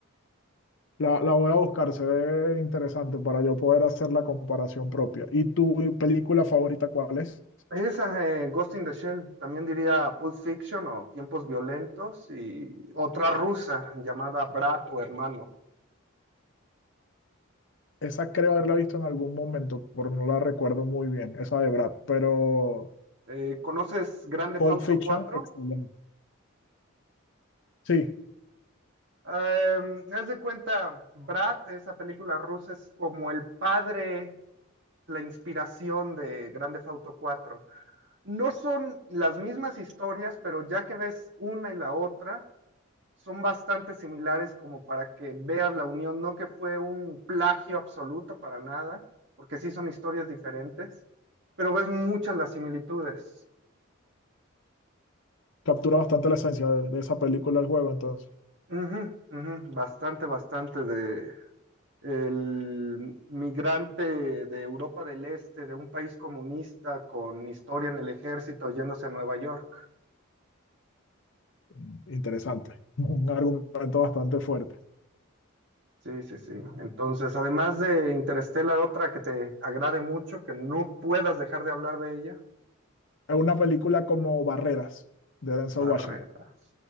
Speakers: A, on the left; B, on the right.
A: La, la voy a buscar, se ve interesante para yo poder hacer la comparación propia. ¿Y tu película favorita cuál es?
B: Esa, eh, Ghost in the Shell, también diría Pulp Fiction o Tiempos Violentos y otra rusa llamada Brat o Hermano.
A: Esa creo haberla visto en algún momento, pero no la recuerdo muy bien, esa de Brad, pero
B: Eh, ¿conoces Grand Theft
A: Pulp
B: Auto
A: Fiction,
B: cuatro
A: Excelente. sí,
B: Eh, haz de cuenta, Brat, esa película rusa, es como el padre, la inspiración de Grand Theft Auto cuatro No son las mismas historias, pero ya que ves una y la otra, son bastante similares como para que veas la unión, no que fue un plagio absoluto para nada, porque sí son historias diferentes, pero ves muchas las similitudes.
A: captura bastante la esencia de, de esa película del juego, entonces,
B: Ujú, ujú, bastante, bastante de el migrante de Europa del Este, de un país comunista con historia en el ejército yéndose a Nueva York.
A: mm, interesante. Un
B: Sí,
A: argumento bastante fuerte.
B: sí, sí. sí. Entonces, además de Interstellar, otra que te agrade mucho, que no puedas dejar de hablar de ella.
A: Es una película como Barreras, de Denzel
B: Barreras.
A: Washington.